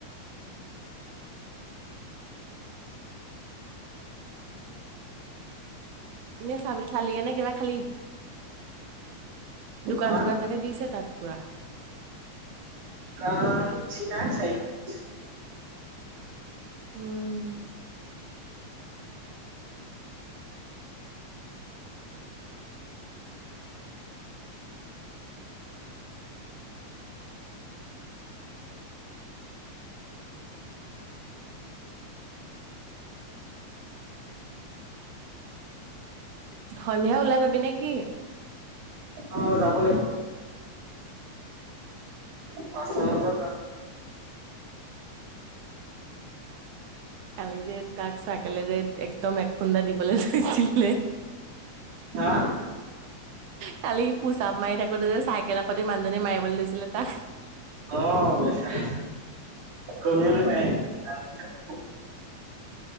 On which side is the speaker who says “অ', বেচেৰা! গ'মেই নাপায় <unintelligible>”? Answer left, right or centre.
Right